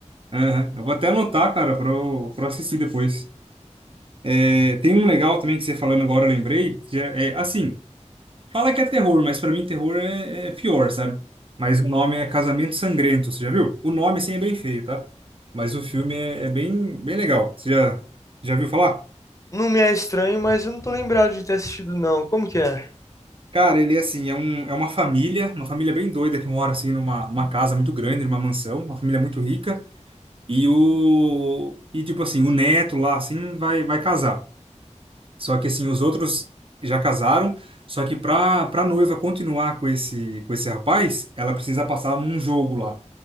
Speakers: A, on the right (about 45°); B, on the left (about 25°).
A: Aham. Eu vou até anotar, cara, pra eu, pra eu assistir depois. É, tem um legal também que você falando agora, eu lembrei. que é, é assim, Fala que é terror, mas pra mim terror é, é pior, sabe? Mas o nome é Casamento Sangrento, você já viu? O nome, assim, é bem feio, tá? Mas o filme é, é bem, bem legal. Você já, já viu falar?
B: Não me é estranho, mas eu não tô lembrado de ter assistido, não. Como que é?
A: Cara, ele é assim, é, um, é uma família, uma família bem doida que mora, assim, numa, numa casa muito grande, numa mansão, uma família muito rica. E o... E, tipo assim, o neto lá, assim, vai, vai casar. Só que, assim, os outros já casaram, só que pra, para noiva continuar com esse, com esse rapaz, ela precisa passar num jogo lá.